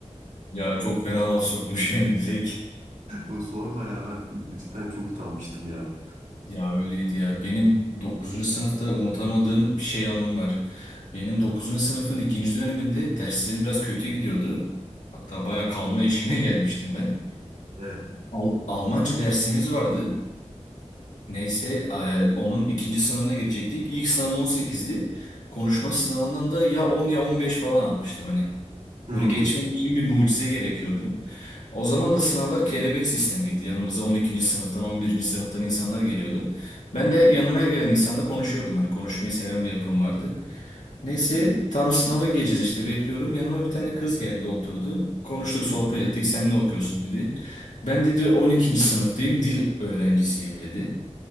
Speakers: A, on the left (about 75°); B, on the right (about 80°).
A: Ya çok fena laf sokmuş yani direkt.
B: Yo, sorma ya ben cidden çok utanmıştım ya.
A: Ya öyleydi ya. Benim 9. sınıfta unutamadığım şey anım var. Benim dokuzuncu sınıfın ikinci döneminde derslerim biraz kötü gidiyordu. Hatta baya kalma eşiğine <laughs> gelmiştim ben.
B: Evet.
A: Al- Almanca dersimiz vardı. Neyse e, onun ikinci sınavına girecektik. İlk sınavım on sekizdi. Konuşma sınavından da ya 10 ya 15 falan almıştım hani.
B: Hmm.
A: Böyle geçmem için bir mucize gerekiyordu. O zaman da sınavlar kelebek sistemiydi. Yanımıza 12. sınıftan, 11. sınıftan insanlar geliyordu. Ben de her, yanıma her gelen insanla konuşuyordum. Hani konuşmayı seven bir yapım vardı. Neyse tam sınava gireceğiz işte bekliyorum. Yanıma bir tane kız geldi oturdu. Konuştuk, sohbet ettik. Sen ne okuyorsun dedi. Ben dedi 12. sınıftayım, dil öğrencisiyim dedi.